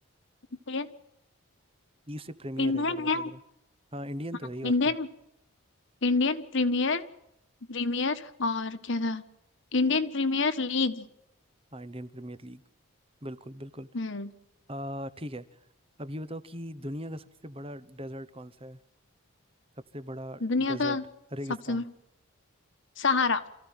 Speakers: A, on the left; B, on the right.
A: Indian
B: ई से प्रीमियर
A: Indian
B: है चलो बता
A: है
B: दे रहा है हाँ इंडियन
A: हाँ
B: तो है ही
A: इंडियन
B: और क्या
A: Indian premier प्रीमियर और क्या था Indian Premier League
B: हाँ इंडियन प्रीमियर लीग बिल्कुल बिल्कुल
A: हम्म
B: आ, ठीक है अब ये बताओ कि दुनिया का सबसे बड़ा डेजर्ट कौन सा है सबसे बड़ा
A: दुनिया
B: डेजर्ट
A: का
B: रेगिस्तान
A: सबसे बड़ा सहारा